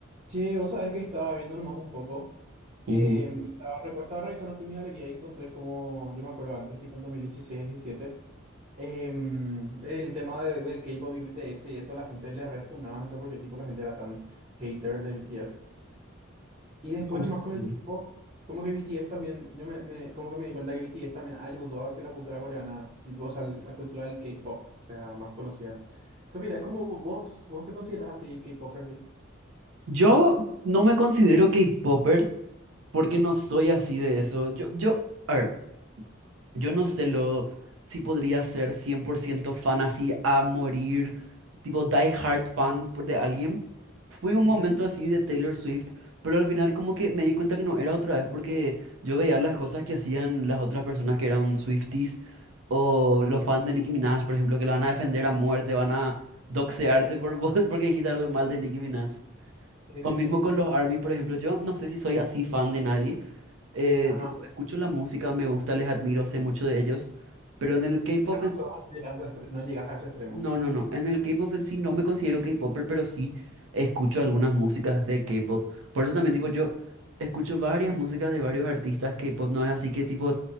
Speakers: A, on the right (about 35°); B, on the right (about 80°).
A: Che, vos sabés que estaba viendo nomás un poco.
B: Ujú.
A: em, y estaba, recu- estaba revisando así mi galería y encontré como, yo me acuerdo antes, tipo en 2016-17, el tema de- del K-pop y BTS y eso, la gente le refunaba, no sé por qué tipo la gente era tan hater de BTS. Y después
B: No
A: nomás
B: sé.
A: con el tiempo, como que BTS también, yo me, me- como que me di cuenta que BTS también ayudó a que la cultura coreana, tipo, o sea, el- la cultura del K-pop sea más conocida. ¿Qué opinas? ¿Cómo vos, vos te consideras así K-popper? Sí,
B: Yo no me considero K-popper porque no soy así de eso. Yo, yo, a ver, yo no sé lo si podría ser 100% fan así a morir, tipo die hard fan por- de alguien. Fui un
A: Ujú,
B: momento así de Taylor Swift, pero al final como que me di cuenta que no era otra vez porque yo veía las cosas que hacían las otras personas que eran Swifties o los fans de Nicki Minaj, por ejemplo, que lo van a defender a muerte, van a doxearte por, <laughs> porque dijiste algo mal de Nicki Minaj.
A: sí,
B: O mismo
A: sí.
B: con los ARMYs, por ejemplo, yo no sé si soy así fan de nadie. eh,
A: sí.
B: tipo, escucho la música, me gusta, les admiro, sé mucho de ellos. Pero en el K-pop
A: Bueno,
B: en
A: eso
B: sí,
A: no llegas a ese no llegas a ese extremo.
B: no, no, no. En el K-pop en sí no me considero K-popper, pero sí escucho algunas músicas de K-pop. Por eso también, tipo, yo escucho varias músicas de varios artistas K-pop. No es así que, tipo,